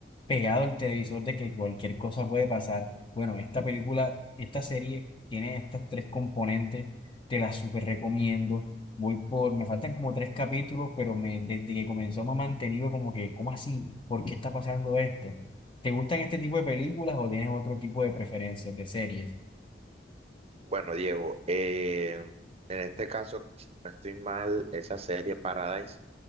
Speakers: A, on the left; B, on the right.
A: pegado al televisor de que cualquier cosa puede pasar. Bueno, esta película, esta serie tiene estos tres componentes te la súper recomiendo. Voy por, me faltan como tres capítulos, pero me, desde que comenzó me ha mantenido como que, ¿cómo así? ¿Por qué está pasando esto? ¿Te gustan este tipo de películas o tienes otro tipo de preferencias de series?
B: Bueno, Diego, eh, en este caso, si no estoy mal, esa serie Paradise